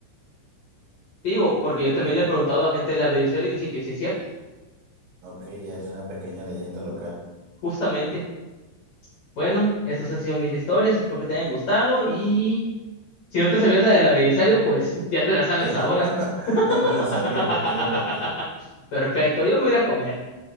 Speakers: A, on the left; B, on the right.
A: Te Digo,
B: vaya,
A: porque yo
B: vaya.
A: también le he preguntado a gente de la Belisario y dicen que sí es cierto,
B: Ok, ya es una pequeña leyenda local.
A: justamente. Bueno, estas han sido mis historias, espero que te hayan gustado y si no te sabías la del Belisario, pues <laughs> ya te la sabes
B: Eh,
A: ahora.
B: no, <laughs> no me la
A: <laughs>
B: sabía, efectivamente.
A: Perfecto, yo me voy a ir a comer.